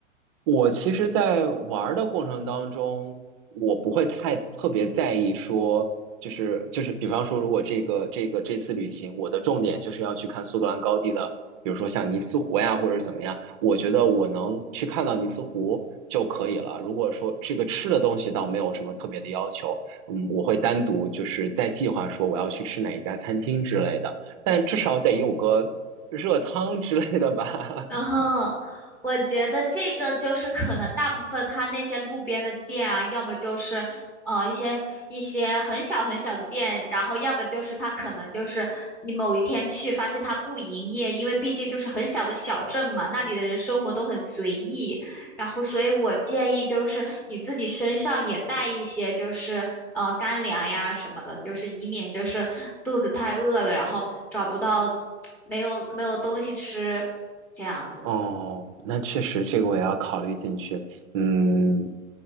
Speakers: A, on the right (about 25°); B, in the centre.
A: 我其实，在玩儿的过程当中，我不会太特别在意说，就是就是，比方说，如果这个这个这次旅行，我的重点就是要去看苏格兰高地的，比如说像尼斯湖呀，或者怎么样，我觉得我能去看到尼斯湖就可以了。如果说这个吃的东西倒没有什么特别的要求，嗯，我会单独就是在计划说我要去吃哪一家餐厅之类的，但至少得有个热汤之类的吧。
B: 然后我觉得这个就是可能大部分他那些路边的店啊，
A: <laughs>
B: 要么就是呃一些一些很小很小的店，然后要么就是他可能就是你某一天去发现他不营业，因为毕竟就是很小的小镇嘛，那里的人生活都很随意。然后所以我建议就是你自己身上也带一些就是呃干粮呀什么的，就是以免就是肚子太饿了，然后找不到 <tsk> 没有没有东西吃。这样子。
A: 哦，那确实，这个我也要考虑进去。嗯，